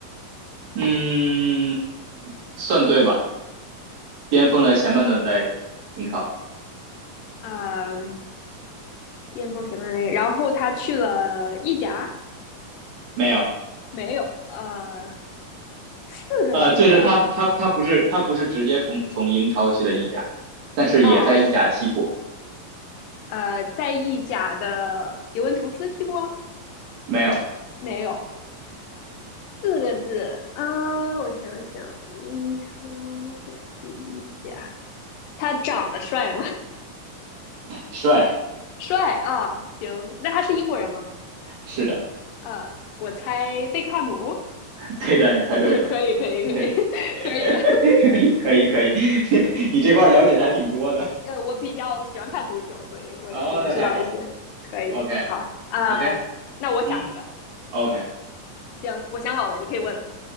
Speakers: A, on the right; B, on the left.
A: 嗯，算对吧？巅峰的前半段在英超。
B: 嗯，呃巅峰前面的然后他去了意甲，
A: 没有，
B: 没有，呃，四个字的，
A: 呃，就是他他他不是他不是直接从从英超去的意甲，但是也在意甲踢过。
B: 哦，呃，在意甲的尤文图斯踢过
A: 没有，
B: 没有？四个字啊，呃我想想，英超对踢意甲，他长得帅吗？
A: 帅，
B: 帅啊，行，那他是英国人吗？
A: 是的，
B: 呃，我猜贝克汉姆。
A: 对的，你猜对了，
B: <laughs> 可以，可以，可以，
A: 对，
B: <laughs>
A: <laughs>
B: 可以的。
A: 可以可以，<laughs> 你这块儿了解的还挺多的。
B: 呃，我比较喜欢看足球，所以我也可能知道一些。
A: 哦，那太好了
B: 可以，
A: ，OK
B: 好啊，
A: OK，
B: 呃那我想一个。
A: 嗯，OK，
B: 好，行，我想好了，你可以问了。